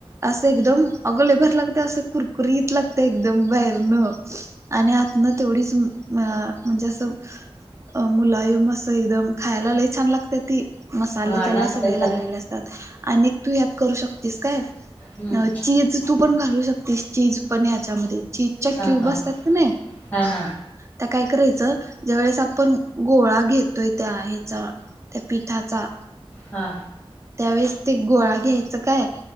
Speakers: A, on the right; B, on the left.
A: असं एकदम अग लईभारी लागत, असं कुरकुरीत लागतं, एकदम बाहेरनं, आणि आतन, तेवढीच अ म्हणजे असं, मुलायम असं एकदम, खायला लई छान लागत्या ती. मसाले
B: हा
A: त्याला
B: नाश्त्यासाठी
A: सगळे लागलेले, असतात आणि तू ह्यात करू शकतेस काय,
B: हम्म
A: अ चीज, तू पण घालू शकतेस, चीज पण याच्यामध्ये, चीजच्या
B: हा
A: क्यूब
B: हा
A: असतात का नाही,
B: हा, हा,
A: त्या काय करायचं, ज्या वेळेस आपण गोळा घेतोय त्या ह्याचा, त्या पिठाचा,
B: हा,
A: त्यावेळेस ते गोळा घ्यायचं काय,